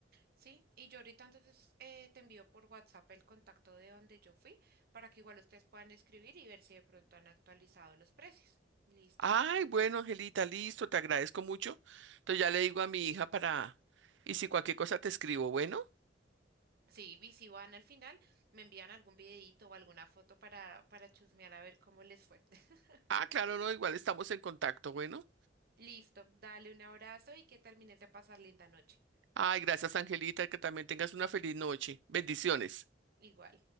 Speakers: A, on the right; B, on the right.
A: sí, y yo ahorita entonces eh, te envío por WhatsApp el contacto de donde yo fui para que igual ustedes puedan escribir y ver si de pronto han actualizado los precios. ¿Listo?
B: Ay, bueno, Angelita, listo, te agradezco mucho. Entonces ya le digo a mi hija para... Y si cualquier cosa te escribo, bueno.
A: Sí, y si van al final, me envían algún videito o alguna foto para, para chusmear a ver cómo les fue. <laughs>
B: Ah, claro, no, igual estamos en contacto, bueno.
A: Listo, dale un abrazo y que termines de pasar linda noche.
B: Ay, gracias, Angelita, que también tengas una feliz noche. Bendiciones.
A: Igual.